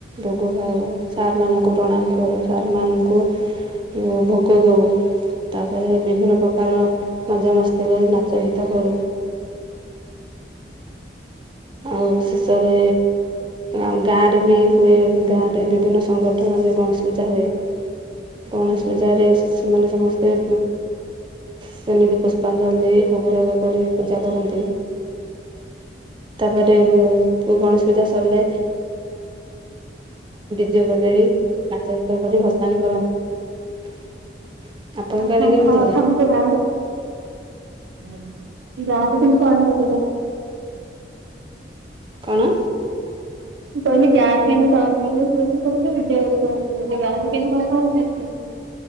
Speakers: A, on the right; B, on the right.
A: ଭୋଗ ଖାଉ ସାରମାନଙ୍କୁ ପ୍ରଣାମ କରୁ ସାରମାନଙ୍କୁ ଓ ଭୋଗଦଉ। ତାପରେ ବିଭିନ୍ନ ପ୍ରକାର ମଜାମସ୍ତି କରି ନାଚ ଗୀତ କରୁ। ଆଉ ଶେଷରେ ଆଉ ଗାଁରେ ବି ହୁଏ ଗାଁରେ ବିଭିନ୍ନ ସଂଗଠନରେ ଗଣେଶ ପୂଜା ହୁଏ। ଗଣେଶ ପୂଜାରେ ଶିଶୁମାନେ ସମସ୍ତେ ସେମିତି ପୁଷ୍ପାଞ୍ଜଳି ଦେଇ ଭୋଗରାଗ କରି ପୂଜା କରନ୍ତି। ତାପରେ ଓ ଗଣେଶ ପୂଜା ସରିଲେ ଡିଜେ ବଜାଇ ନାଚ ଗୀତ କରି ଭସାଣି କରନ୍ତି। ଆପଣଙ୍କ
B: <unintelligible>
A: ଆଡ଼େ କେମିତି ହୁଏ
B: <inaudible>
A: କଣ?
B: ମୁଁ କହିଲି ଗାଁରେ କେମିତି ପାଳନ କରନ୍ତି ସବୁ ତ ବିଦ୍ୟାଳୟରେ ପାଳନ କରନ୍ତି ଗାଁରେ କେମିତି କଣ ପାଳନ କରନ୍ତି।